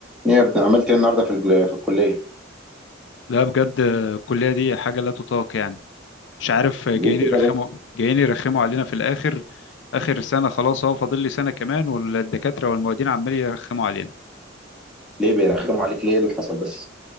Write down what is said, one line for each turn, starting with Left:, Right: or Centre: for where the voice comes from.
Centre: ايه يا ابني عملت ايه النهارده في ال- في الكليه؟
Left: لا بجد الكلية دي حاجة لا تطاق يعني مش عارف جايين
Centre: ليه كده
Left: يرخموا
Centre: بس؟
Left: جايين يرخموا علينا في الآخر آخر سنة خلاص أهو فاضل لي سنة كمان والدكاترة والمعيدين عمالين يرخموا علينا
Centre: ليه بيرخموا عليك ليه؟ إيه اللي حصل بس؟